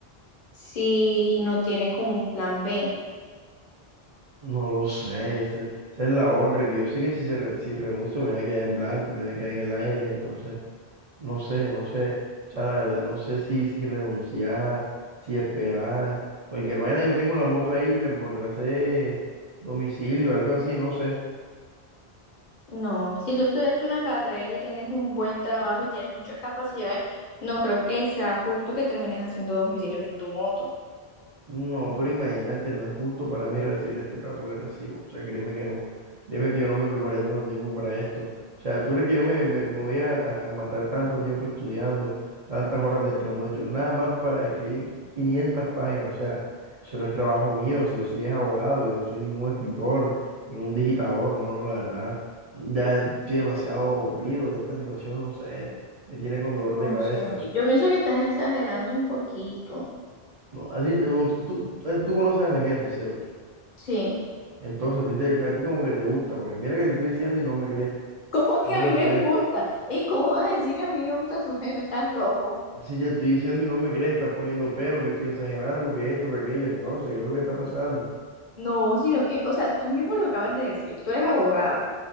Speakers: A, on the left (about 55°); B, on the right (about 50°).
A: si no tienes como un plan B?
B: no lo sé, ese- esa es la otra, que yo sé que si, se re- si renuncio me voy a quedar en blanco, me voy a quedar en el aire, entonces... No sé, no sé. O sea, la verdad, no sé si, si renunciar, si esperar. Cualquier vaina, yo tengo la moto ahí, me podré hacer domicilio, algo así, no sé.
A: No, si tú estudiaste una carrera y tienes un buen trabajo y tienes muchas capacidades, no creo que sea justo que termines haciendo domicilios en tu moto.
B: No, pero imagínate, no es justo para mí recibir este trato que recibo. O sea, créeme que no, créeme que yo no me preparé tanto tiempo para esto. O sea, tú crees que yo me, me- me voy a, a- a matar tanto tiempo estudiando, tantas horas de trasnocho, nada más para escribir 500 páginas. O sea, eso no es trabajo mío, si yo sí es abogado, yo no soy ningún escritor, ningún digitador, no, no, la verdad. Ya estoy demasiado aburrido de esta situación, no sé, me tiene con dolor
A: No
B: de cabeza.
A: sé, yo pienso que estás exagerando un poquito.
B: No, así, eh, vos- tú, eh, tú conoces a mi jefe, ¿cierto?
A: Sí.
B: Entonces, a ti, te- a ti como que te gusta, porque mira que te estoy diciendo y no me crees,
A: ¿Cómo
B: no
A: que a
B: me
A: mí me
B: crees.
A: gusta? ¿Y cómo vas a decir que a mí me gusta tu jefe? Estás loco.
B: Si te estoy diciendo y no me crees, estás poniendo pero, que estoy exagerando, que esto, que aquello, entonces, ¿qué es lo que está pasando?
A: No, sino que, o sea, tú mismo lo acabas de decir, tú eres abogado.